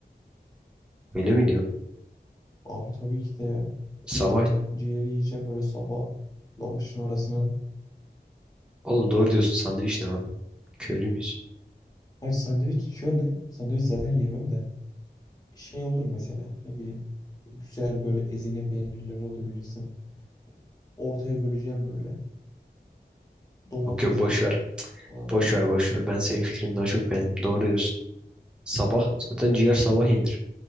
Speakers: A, in the centre; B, on the left.
A: Öyle mi diyorsun?
B: Abi tabii ki de ya. Ciğerinde,
A: Sabah
B: ciğeri yiyeceğim böyle sabah. Lavaşın orasını.
A: oğlum doğru diyorsun sandviç ne lan? Köylü müyüz?
B: Hayır sandviç şöyle. Sandviç zaten yemem de. Şey olur mesela. Ne bileyim. Güzel böyle ezine peynirleri oluyor bilirsin. Ortaya böleceğim böyle. Domatesdir
A: Yok yok boş ver.
B: falan
A: Boş
B: filan.
A: ver boş ver. Ben senin fikrini daha çok beğendim. Doğru diyorsun. Sabah zaten ciğer sabah yenir.